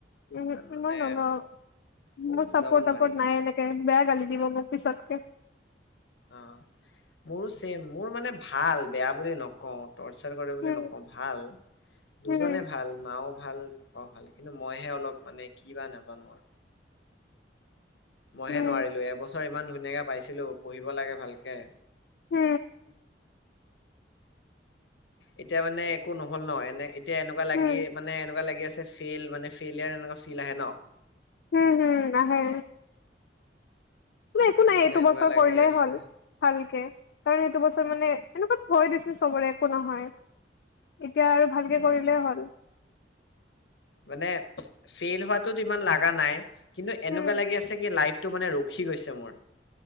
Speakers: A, on the left; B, on the left.
A: উমহো
B: ইমান মানে
A: মই নলও
B: ক
A: মোৰ
B: বুজাব
A: চাপৰ্ট
B: নোৱাৰি
A: টাপৰ্ট
B: সেইকাৰণে
A: নাই এনেকে, বেয়া গালি দিব মোক পিছতকে।
B: অ', মোৰো ছেম, মোৰ মানে ভাল, বেয়া বুলি নকওঁ। তৰ্চাৰ কৰে বুলি
A: উম
B: নকওঁ, ভাল,
A: উম,
B: দুজনেই ভাল মাওঁ ভাল, পাপাওঁ ভাল, কিন্তু মইহে অলপ মানে কি বা নাজানো আৰু। মইহে
A: উম,
B: নোৱাৰিলোঁ, এবছৰ ইমান ধুনীয়াকৈ পাইছিলোঁ, পঢ়িব লাগে ভালকে
A: উ।
B: এতিয়া মানে একো নহ'ল ন, এনে, এতিয়া এনেকুৱা লাগে
A: উম, উম,
B: মানে এনেকুৱা লাগি আছে, ফেইল মানে, ফেইলিয়াৰ এনেকুৱা ফিল আহে ন।
A: হু, হু, আহে। একো
B: আৰু
A: নাই,
B: মানে
A: এইটো
B: এনেকুৱা
A: বছৰ
B: লাগি
A: কৰিলেই
B: আছে
A: হ'ল। ভালকে, কাৰণ এইটো বছৰ মানে এনেকুৱাত হয় দিয়াচোন চবৰে, একো নহয়। এতিয়া আৰু ভালকে
B: উম
A: কৰিলেই হ'ল।
B: মানে ফেইল হোৱাটো তো ইমান লগা নাই, কিন্তু এনেকুৱা
A: উম,
B: লাগি আছে কি লাইফ টো মানে ৰখি গৈছে মোৰ।